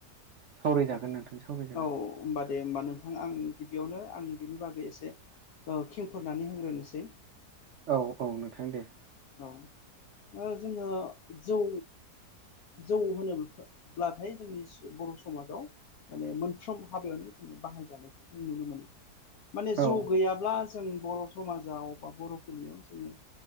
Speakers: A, on the right; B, on the left.
A: सावरायजागोन नोंथां। सावरायजागोन
B: औ होनबा दे होमबा नोंथां आं गिबियावनो आं बेनि बागै एसे ओ खिंफोरनानै होग्रोनोसै।
A: औ औ नोंथां दे।
B: औ ओ जोङो जौ जौ होनोब्लाथाय जोंनि बर' समाजाव माने मोनफ्रोम हाबायावनो जोङो बाहायजानायखौ जों नुनो मोनो। माने जौ
A: औ
B: गैयाब्ला जों बर' समाजाव बा बर'फोरनियाव जोङो